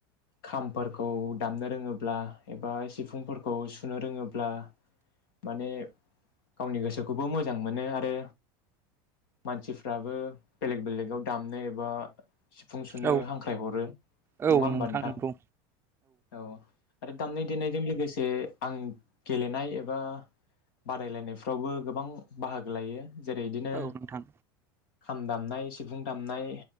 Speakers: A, on the left; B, on the right.
A: खामफोरखौ दामनो रोङोब्ला एबा सिफुंफोरखौ सुनो रोङोब्ला माने गावनि गोसोखौबो मोजां मोनो आरो मानसिफ्राबो बेलेग बेलेगाव दामनो एबा सिफुं सुनो
B: औ
A: हांख्राय हरो
B: औ
A: नङा होमबा नोंथां
B: नंगौ
A: औ आरो दामनाय-देनायजों लोगोसे जे आं गेलेनाय एबा बादायलायनायफ्रावबो गोबां बाहागो लायो। जेरै इदिनो
B: औ नोंथां
A: खाम दामनाय सिफुं दामनाय